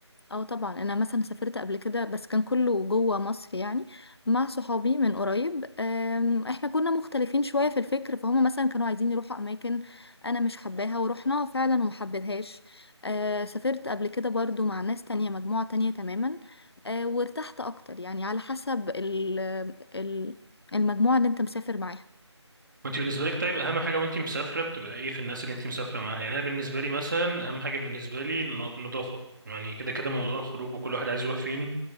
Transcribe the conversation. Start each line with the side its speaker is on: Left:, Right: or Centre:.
Left: اه طبعا انا مثلا سافرت قبل كده بس كان كله جوه مصر يعني مع صحابي من قريب أم، احنا كنا مختلفين شوية في الفكر فهم مثلا كانوا عايزين يروحوا اماكن انا مش حباها ورحناها فعلا وما حبيتهاش أه، سافرت قبل كده برضو مع ناس تانية مجموعة تانية تماما أه، وارتحت اكتر يعني على حسب ال ال- المجموعة اللي انت مسافر معاها
Right: وانتي بالنسبه لك طيب اهم حاجه وانتي مسافره بتبقى ايه في الناس اللي انتي مسافره معاها يعني انا بالنسبه لي مثلا اهم حاجه بالنسبه لي الن- النظافه يعني كده كده موضوع الخروج وكل واحد عايز يروح فين